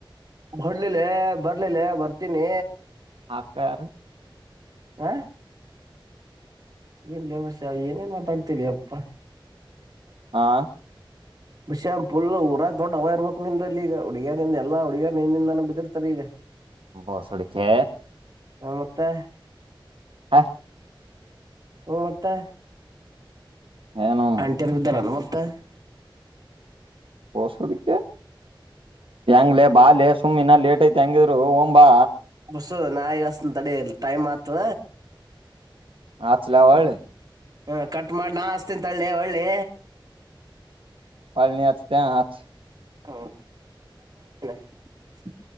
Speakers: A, on the right; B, on the right.
A: ಹೊರ್ಡ್ಲಿಲ್ಲೇ ಬರ್ಲಿಲ್ಲೇ ಬರ್ತೀನಿ
B: ಆಕಾರ
A: ಹ ಇಲ್ಲಿಷ ಏನೇನ್ ಮಾತಾಡ್ ತ ಅಪ್ಪ
B: ಹಾ
A: ಬಷ್ಯ್ ಪುಲ್ ಊರ ದೊಡ್ಡ ಹವ ಇರ್ಬೇಕಕ್ಂದಲ್ಲಿ ಈಗ ಹುಡುಗಿಯರಿಂದ ಎಲ್ಲಾ ಹುಡುಗಿಯರ ನಿಂದಿಂದಾನ ಬಿದ್ದಿರ್ತಾರೆ ಈಗ
B: ಬಸಡಕ್ಕೆ
A: ಹ ಮತ್ತೆ
B: ಹ
A: ಹ್ಮ ಮತ್ತೆ
B: ಏನು ಮತ್
A: ಆಂಟಿದ್ದರ ಮತ್ತ ತ್ತ
B: ಬೋಸುಡಿಕೆ ಹಂಗ್ಲೆ ಬಾಲೆ ಸುಮ್ಮ್ ಇನ ಲೇಟ್ ಐತೆ ತಂಗಿದ್ರು ಒಂಬಾ
A: ಸು ನಾಯ್ಗಾಸ್ತಿನ್ ತಡಿ ಅಲ್ ಟೈಮ್ ಆತು
B: ಹಚಲ ಆ ಒಳ್ಳಿ
A: ಹಾ ಕಟ್ ಮಾಡಿ ನಾ ಹಸ್ತನ ತಳ್ಳಿ ಒಳ್ಳಿ
B: ಪಳನ ಹತ ತ ಹಾಚ್
A: ಹಾ <unintelligible>